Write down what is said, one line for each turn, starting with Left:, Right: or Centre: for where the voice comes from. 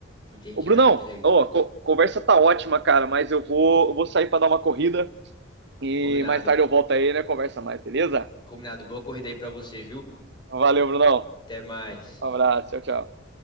Left: Entendi.
Right: Ô, Brunão,
Left: Ah, que legal.
Right: ó, co- conversa tá ótima, cara, mas eu vou, eu vou sair pra dar uma corrida e
Left: Combinado.
Right: mais tarde eu volto aí, né? Conversa mais, beleza?
Left: Combinado. Boa corrida aí pra você, viu?
Right: Valeu, Brunão.
Left: Até mais.
Right: Um abraço, tchau, tchau.